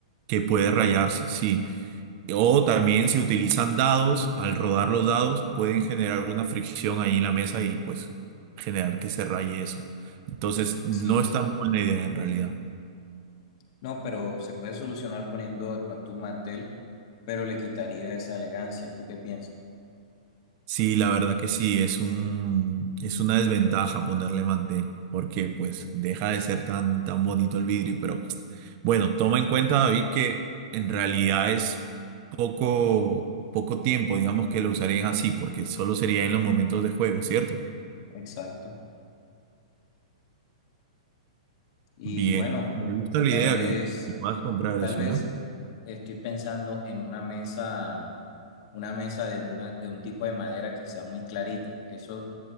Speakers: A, on the right (about 40°); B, on the left (about 50°).
A: que puede rayarse, sí. O también si utilizan dados, al rodar los dados pueden generar una fricción ahí en la mesa y pues generar que se raye eso. Entonces, no
B: sí es.
A: es tan buena idea en realidad.
B: No, pero se puede solucionar poniendo de pronto un mantel, pero le quitaría esa elegancia. ¿Tú qué piensas?
A: Sí, la verdad que sí, es un, es una desventaja ponerle mantel, porque pues deja de ser tan, tan bonito el vidrio. Pero bueno, toma en cuenta, David, que en realidad es poco, poco tiempo, digamos, que lo usarían así, porque solo sería en los momentos de juego, ¿cierto?
B: Exacto. Y
A: Bien,
B: bueno,
A: me gusta la
B: tal
A: idea
B: vez,
A: que que puedas comprar
B: tal
A: eso,
B: vez
A: ¿eh?
B: estoy pensando en una mesa, una mesa de una, de un tipo de madera que sea muy clarita. Eso